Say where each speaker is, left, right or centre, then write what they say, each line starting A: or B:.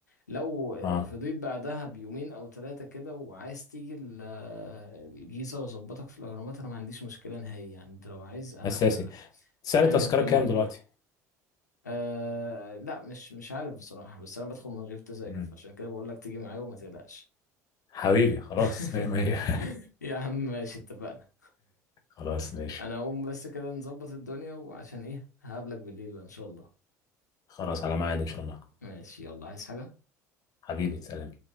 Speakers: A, on the left; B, on the left.
A: لو آه،
B: اه
A: فضيت بعدها بيومين او ثلاثه كده وعايز تيجي ال- آه، الجيزه واظبطك في الاهرامات انا ما عنديش مشكله نهائي يعني انت لو عايز انا
B: أساسي سعر
A: فاهم
B: التذكرة
A: الدنيا
B: كام
A: كلها
B: دلوقتي؟
A: أه لا مش مش عارف بصراحة بس أنا بدخل من غير تذاكر
B: مم.
A: فعشان كده بقول لك تيجي معايا وما تقلقش
B: حبيبي خلاص
A: <laughs>
B: مية مية <laughs>
A: يا عم ماشي اتفقنا
B: خلاص ماشي
A: أنا أقوم بس كده نظبط الدنيا وعشان إيه هقابلك بالليل بقى إن شاء الله
B: خلاص على ميعاد إن شاء الله
A: ماشي يلا عايز حاجة
B: حبيبي سلام